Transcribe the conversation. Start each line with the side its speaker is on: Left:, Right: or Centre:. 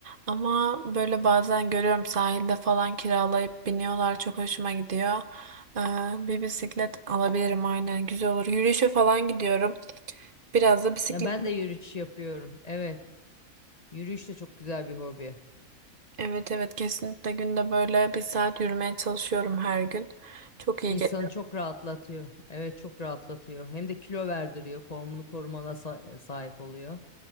Right: Ama böyle bazen görüyorum sahilde falan kiralayıp biniyorlar çok hoşuma gidiyor. Ee, bir bisiklet alabilirim aynen güzel olur. Yürüyüşe falan gidiyorum. Biraz da bisiklet
Left: Ya ben de yürüyüş yapıyorum. Evet, yürüyüş de çok güzel bir hobi.
Right: Evet evet kesinlikle günde böyle bir saat yürümeye çalışıyorum her gün. Çok iyi
Left: İnsanı
Right: geliyor.
Left: çok rahatlatıyor. Evet çok rahatlatıyor. Hem de kilo verdiriyor. Formunu korumana sa- e, sahip oluyor.